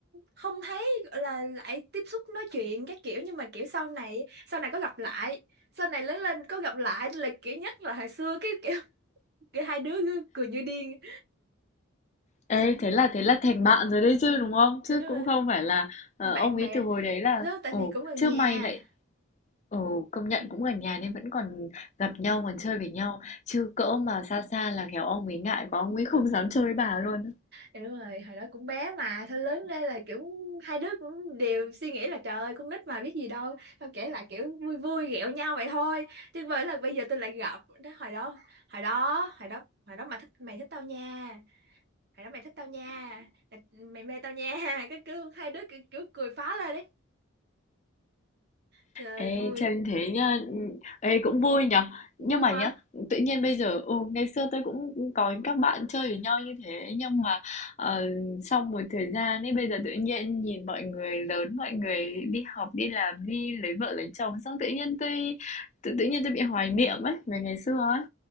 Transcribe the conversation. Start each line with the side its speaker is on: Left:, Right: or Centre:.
Right: không thấy gọi là lại tiếp xúc nói chuyện các kiểu nhưng mà kiểu sau này sau này có gặp lại sau này lớn lên có gặp lại là kiểu nhắc là hồi xưa cái kiểu, kiểu hai đứa cứ cười như điên
Left: ê thế là thế là thành bạn rồi đấy chứ đúng không chứ
Right: đúng rồi
Left: cũng không phải là ờ,
Right: là bạn
Left: ông ấy
Right: bè
Left: từ hồi đấy là
Right: đó tại
Left: ồ
Right: vì cũng gần
Left: chứ
Right: nhà
Left: mày lại Ừ, công nhận
Right: Ừ.
Left: cũng gần nhà nên vẫn còn gặp nhau, còn chơi với nhau. Chứ cỡ mà xa xa là khéo ông ấy ngại quá, ông ấy không <laughs> dám chơi với bà luôn.
Right: Thì đúng rồi, hồi đó cũng bé mà Thôi lớn lên là kiểu hai đứa cũng đều suy nghĩ là trời ơi con nít mà biết gì đâu Xong kể lại kiểu vui vui ghẹo nhau vậy thôi Chứ với là bây giờ tôi lại gặp đó, Hồi đó, hồi đó, hồi đó Hồi đó mà thích mày thích tao nha Hồi đó mày thích tao nha Mày mày mê tao nha <laughs> Cái cứ hai đứa kiểu, kiểu cười phá lên đấy Trời
Left: Ê,
Right: vui,
Left: chơi như thế nhá, ê cũng vui nhở.
Right: vui
Left: Nhưng mà
Right: mà
Left: nhá, tự nhiên bây giờ, ừ, ngày xưa tôi cũng có các bạn chơi với nhau như thế. Nhưng mà ờ, sau một thời gian ấy, bây giờ tự nhiên nhìn mọi người lớn, mọi người đi học, đi làm, đi lấy vợ, lấy chồng. Xong tự nhiên tôi, tự, tự nhiên tôi bị hoài niệm ấy, về ngày xưa ấy.